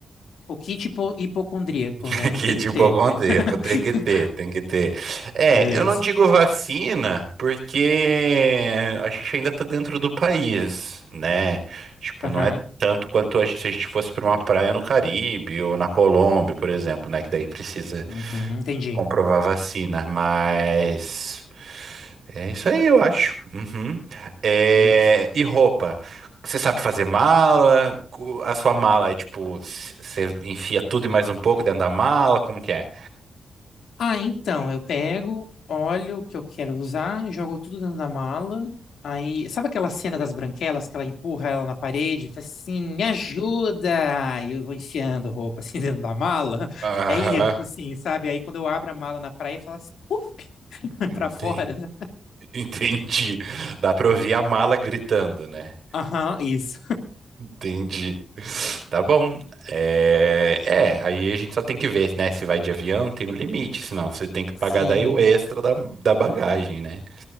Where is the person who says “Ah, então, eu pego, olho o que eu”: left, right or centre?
Left